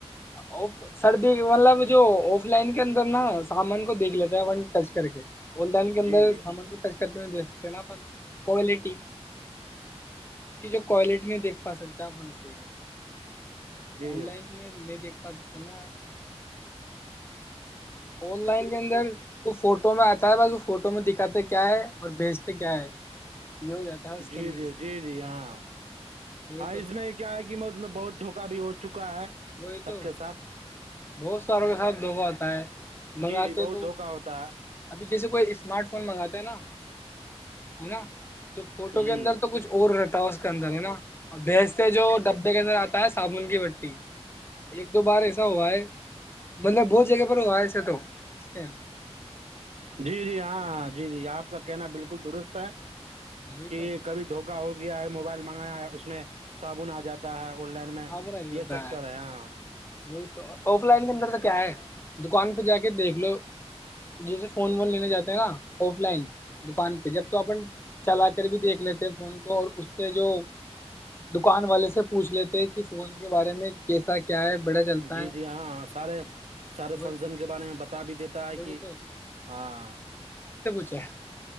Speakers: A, on the left (about 20°); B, on the right (about 80°).
A: <unintelligible> ف سردی مطلب جو آف لائن کے اندر نا سامان کو دیکھ لیتا ہے ون ٹچ کر کے <unintelligible> ا ڈائن کے اندر
B: جی جی
A: سامان کو ٹچ کر کے نہیں د <unintelligible> تو نا پن کوالٹی اس کی جو کوائلٹ نہیں دھ پا س کیاپنس گ
B: جی
A: آن لائن میں نہیں دیکھ فضب کر میں آن لائن کے اندر وہ فوٹو میں آتا ہے بس وہ فوٹو میں دکھاتے کیا ہے اور بھیجتے کیا ہے یہ ہو جاتا ہے اس
B: جی
A: کے اندر
B: جی جی جی ہاں
A: وہی
B: ہاں
A: تو
B: اس میں کیا ہے مت میں بہت دھوکا بھی ہو چکا چک ہے
A: وہی تو
B: سب کے ساتھ
A: بہت ساروں کا ساتب دگا آتا ہے منگاتے
B: جی جی بہت
A: تو
B: دھوکا ہوتا ہے
A: ابھی جیسے کوئی اسمارٹ فون منگاتا ہے نا ہے نا جو فوٹو
B: جی
A: کے اندر تو کچھ اور رہتا ہے اس کے اندر ہے نا اور بھیس سے جو ڈبے کے اندر آتا ہے صابن کی بٹی ایک دو بار ایسا ہوا ہے مطلب بہت جگہ پر ہوا ہے ایسا تو اسکین
B: جی جی ہاں ہاں جی جی آپ کا کہنا بالکل درست ہے
A: وہی
B: کہ
A: تو
B: کبھی دھوک ہو گیا ہے موبائل منگایا ہے اس میں صابن آ جاتا ہے آن لائن
A: صابن
B: میں
A: ایسے ہوتا
B: یہ چکر ہے ہاں
A: وہی تو آف لائن کے اندر تو کیا ہے دکان پہ جا کے دیکھ لو جیسے فون وون لینے جاتے ہیں نا آف لائن دکان پہ جب تو اپن چلا کر بھی دیکھ لیتے ہیں فون کو اور اس سے جو دکان والے سے پوچھ لیتے فون کے بارے میں کیسا کیا ہے بڑا چلتا
B: جی
A: ہے
B: جی ہاں ہاں سارے سارے
A: وہی
B: فنکشن
A: تو
B: کے بارے میں بتا بھی دیتا ہے
A: وہی
B: کہ ہاں
A: ج <unintelligible>